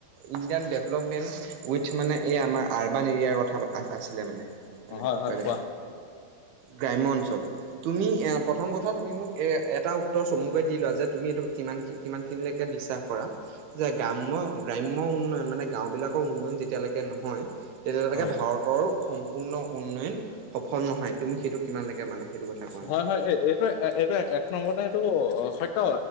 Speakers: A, on the right (about 75°); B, on the left (about 80°).
A: ইণ্ডিয়ান ডেভেলপমেণ্ট উইথ মানে এই আমাৰ আৰ্বান এৰিয়াৰ টা কথা আছিলে মানে। ম
B: হয় হয়
A: মানে
B: কোৱা
A: গ্ৰাম্যাঞ্চল তুমি প্ৰথম কথা তুমি মোক এটা উত্তৰ চমুকৈ দি লোৱা যে তুমি এইটো কিমান কিমানখিনিলৈকে বিশ্বাস কৰা। যে গ্ৰাম্যয় গ্ৰাম্য উন্নয়ন মানে গাও বিলাকৰ উন্নয়ন যেতিয়ালৈকে নহয়, তেতিয়ালৈকে
B: হয়
A: ভাৰতৰ সম্পূৰ্ণ উন্নয়ন সফল নহয় তুমি সেইটো কিমানলৈকে মানা। সেইটো কথা কোৱা
B: হয়
A: মোক।
B: হয় এই এইটো এক এইটো এক নম্বৰতে এইটো সত্য